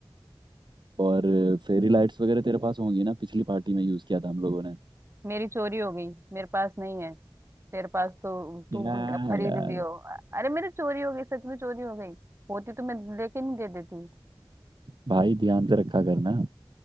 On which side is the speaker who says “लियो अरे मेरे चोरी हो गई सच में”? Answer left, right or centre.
Right